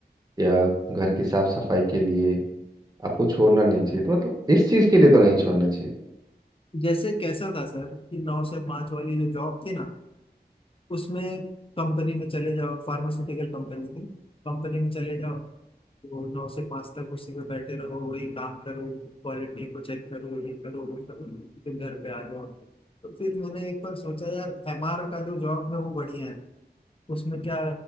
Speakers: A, on the right; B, on the left.
A: या घर की साफ सफाई के लिए आपको छोड़ना नहीं चाहिए तो मतलब इस चीज के लिए तो नहीं छोड़ना चाहिए
B: जैसे कैसा था सर कि नौ से पाँच वाली जो जॉब थी ना उसमें कंपनी में चले जाओ फार्मास्यूटिकल कंपनी थी कंपनी में चले जाओ तो नौ से पाँच तक उसी में बैठे रहो वही काम करो क्वालिटी को चेक करो ये करो वो करो फिर घर पे आ जाओ तो फिर मैंने एक बार सोचा यार एमआर का जो जॉब है वो बढ़िया है उसमें क्या